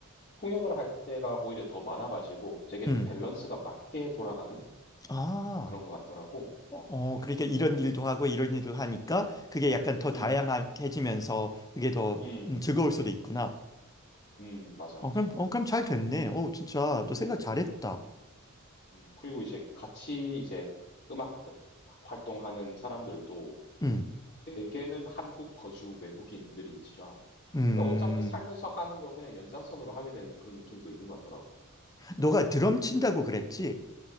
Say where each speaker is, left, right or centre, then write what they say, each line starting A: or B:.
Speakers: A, on the left; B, on the left.
A: 통역을 할 때가 오히려 더 많아가지고 되게
B: 음.
A: 밸런스가 맞게 돌아가는
B: 아.
A: 그런 것 같더라고. 어,
B: 어, 그러니까 이런 일도 하고 이런 일도 하니까 그게 약간 더 다양해지면서
A: 음,
B: 그게 더
A: 음,
B: 음, 즐거울 수도 있구나.
A: 음, 맞아,
B: 어,
A: 맞아.
B: 그럼, 어, 그럼 잘 됐네. 어, 진짜, 너 생각
A: 음,
B: 잘했다.
A: 음. 그리고 이제 같이 이제 음악 그 활동하는 사람들도
B: 음,
A: 대개는 한국 거주 외국인들인지라
B: 음.
A: 그러니까 어차피 살면서 하는 거 그냥 연장선으로 하게 되는 그런 느낌도 있는 것 같더라고.
B: 너가
A: 예.
B: 드럼 친다고 그랬지?